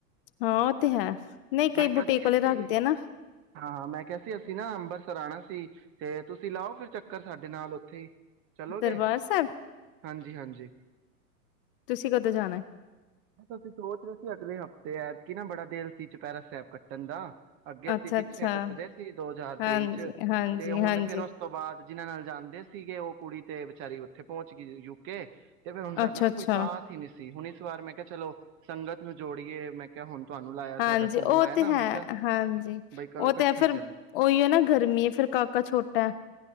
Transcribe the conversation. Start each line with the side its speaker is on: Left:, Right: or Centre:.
Left: ਹਾਂ ਉਹ ਤੇ ਹੈ ਨਹੀਂ ਕਈ
Right: ਮੈਂ ਕਿਹਾ
Left: ਬੁਟੀਕ
Right: ਸੀ
Left: ਵਾਲੇ
Right: ਅਸੀਂ
Left: ਰੱਖਦੇ ਆ ਨਾ।
Right: ਹਾਂ ਮੈਂ ਕਿਹਾ ਸੀ ਅਸੀਂ ਨਾ ਅੰਬਰਸਰ ਆਣਾ ਸੀ ਤੇ ਤੁਸੀਂ ਲਾਓ ਫਿਰ ਚੱਕਰ ਸਾਡੇ ਨਾਲ ਉੱਥੇ ਹੀ ਚਲੋਗੇ
Left: ਦਰਬਾਰ ਸਾਹਿਬ
Right: ਹਾਂਜੀ ਹਾਂਜੀ
Left: ਤੁਸੀਂ ਕਦੋਂ ਜਾਣਾ
Right: ਅਸੀਂ ਸੋਚ ਰਹੇ ਸੀ ਅਗਲੇ ਹਫ਼ਤੇ ਐਤਕਿ ਨਾ ਬੜਾ ਦਿਲ ਸੀ ਚੂਪਹਿਰਾ ਸਾਹਿਬ ਕੱਟਣ ਦਾ ਅੱਗੇ ਅਸੀਂ
Left: ਅੱਛਾ-ਅੱਛਾ
Right: ਪਿੱਛੇ ਕੱਟਦੇ ਸੀ ਦੋ ਹਜ਼ਾਰ
Left: ਹਾਂਜੀ-ਹਾਂਜੀ-ਹਾਂਜੀ।
Right: ਤੇਈ ਚ ਤੇ ਹੁਣ ਫਿਰ ਉਸ
Left: ਅੱਛਾ-ਅੱਛਾ ਹਾਂਜੀ ਹਾਂਜੀ,
Right: ਤੋਂ ਬਾਅਦ ਜਿਹਨਾਂ ਨਾਲ ਜਾਂਦੇ ਸੀ ਗੇ ਉਹ ਕੁੜੀ ਤੇ ਵਿਚਾਰੀ ਉੱਥੇ ਪਹੁੰਚ ਗਈ ਯੂਕੇ ਤੇ ਫਿਰ ਹੁਣ ਸਾਡਾ
Left: ਅੱਛਾ
Right: ਨਾ
Left: ਅੱਛਾ,
Right: ਕੋਈ ਸਾਥ ਹੀ ਨਹੀਂ ਸੀ ਹੁਣ ਇਸ ਵਾਰ ਮੈਂ ਕਿਹਾ ਚਲੋ ਸੰਗਤ ਨੂੰ ਜੋੜੀਏ ਮੈਂ ਕਿਹਾ ਹੁਣ ਤੁਹਾਨੂੰ ਲਾਇਆ ਤੁਹਾਡਾ
Left: ਹਾਂਜੀ
Right: ਫੋਨ
Left: ਉਹ
Right: ਆਇਆ
Left: ਤੇ
Right: ਨਾ
Left: ਹੈ
Right: ਮੈਂ ਕਿਹਾ
Left: ਹਾਂਜੀ।
Right: ਬਈ ਕਲੋ
Left: ਉਹ
Right: ਇਕੱਠੇ
Left: ਤੇ ਫਿਰ
Right: ਚੱਲਦੇ
Left: ਉਹੀ ਹੈ ਨਾ ਗਰਮੀ ਫਿਰ ਕਾਕਾ ਛੋਟਾ ਐ।